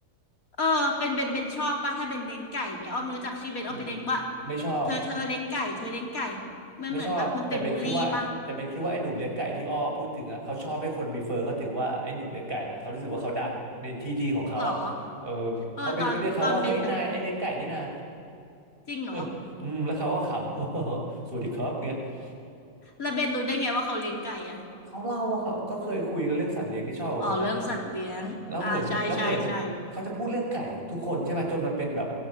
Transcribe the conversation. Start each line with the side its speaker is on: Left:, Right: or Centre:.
Left: เออเป็นเบนเบนชอบป่ะถ้าเบนเลี้ยงไก่เงี้ยอ้อมรู้จักชื่อเบนอ้อมไปเลี้ยงว่า
Right: อืมไม่ชอบ
Left: เธอเธอเลี้ยงไก่เธอเลี้ยงไก่มันเหมือนแบบมันไปบูลลี่ป่ะ
Right: ไม่ชอบแต่เบนคิดว่าแต่เบนคิดว่าไอ้หนุ่มเลี้ยงไก่ที่อ้อพูดถึงอ่ะเขาชอบให้คนรีเฟอร์เขาถึงว่าไอ้หนุ่มเลี้ยงไก่นะเขารู้สึกว่าเขาดังในที่ที่ของเขาอ่ะเออเพราะเบนก็เรียกเขาว่าเฮ้ยนายไอ้เลี้ยงไก่นี่นะ
Left: หรอเออตอนตอนเบนแบบจริงเหรอ
Right: <laughs> อืมแล้วเขาก็ขำ <laughs> สวัสดีครับเงี้ย <laughs>
Left: แล้วเบนรู้ได้ไงว่าเขาเลี้ยงไก่อะ
Right: เขาเล่าว่าเขาก็เคยคุยกันเรื่องสัตว์เลี้ยงที่ชอบกับคนนั้นแล้ว
Left: อ๋อเรื่องสัตว์เลี้ยงอ่าใช่ใช่ใช่
Right: แล้วเหมือนแล้วเหมือนเขาจะพูดเรื่องไก่กับทุกคนใช่ไหมจนมันเป็นแบบ